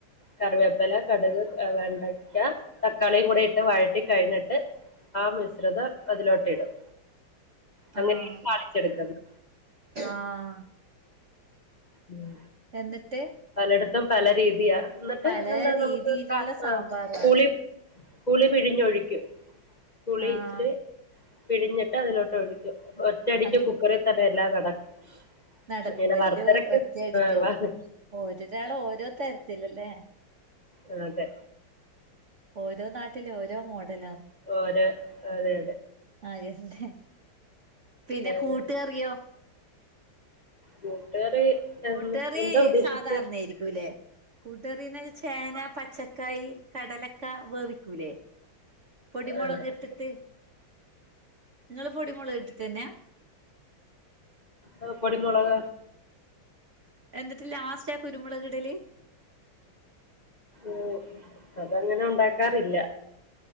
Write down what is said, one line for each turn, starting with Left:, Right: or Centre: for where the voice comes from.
Left: കറിവേപ്പില കടുക് വെണ്ടയ്ക്ക തക്കാളിയും കൂടെ ഇട്ട് വഴറ്റി കഴിഞ്ഞിട്ട് ആ മിശ്രിതം അതിലോട്ട് ഇടും അങ്ങനെയാണ്
Right: ആഹ്
Left: താളിച്ചെടുക്കുന്നത്
Right: ആഹ്
Left: ഉം
Right: എന്നിട്ട്
Left: പലടത്തും പല രീതിയാ എന്നിട്ട്
Right: പല
Left: ഇത് എന്താ
Right: രീതിയിലുള്ള
Left: നമുക്ക് ക
Right: സാമ്പാറാണ്
Left: ആഹ് പുളി പുളി പിഴിഞ്ഞൊഴിക്കും പുളി
Right: ആഹ്
Left: ഇച്ചിരി പിഴിഞ്ഞിട്ട് അതിലോട്ട് ഒഴി ക്കും ഒറ്റടിക്ക്
Right: അങ്ങ
Left: കുക്കറിൽ തന്നെ എല്ലാം നടക്കും
Right: നടക്കൂവല്ലോ
Left: ഇങ്ങനെ വറുത്തരക്ക്
Right: ഒറ്റയടിക്കാവൂ
Left: ആ, വ-
Right: ഓരൊരാള് ഓരോ തരത്തിലല്ലേ
Left: ആഹ് അതെ
Right: ഓരോ നാട്ടില് ഓരോ മോഡലാ
Left: ഓരോ അതെ അതെ
Right: അഹന്നെ പിന്നെ
Left: ഞാൻ
Right: കൂട്ട്കറിയോ
Left: കൂട്ടുകറി
Right: കൂട്ട്കറി
Left: എന്ന് എന്താ ഉദ്ദേശിച്ചെ
Right: സാധാരണായിരിക്കുല്ലേ കൂട്ട്കറീന്ന് വെച്ച ചേന പച്ചക്കായി കടലക്ക വേവിക്കൂലേ പൊടിമൊളക്
Left: ആഹ്
Right: ഇട്ടിട്ട് ങ്ങള് പൊടിമുളക് ഇട്ടിട്ട്ന്നെയാ
Left: ആഹ് പൊടിമൊളക
Right: എന്നിട്ട് ലാസ്‌റ്റാ കുരുമുളകിടല്
Left: ഉം അതങ്ങനെ ഉണ്ടാക്കാറില്ല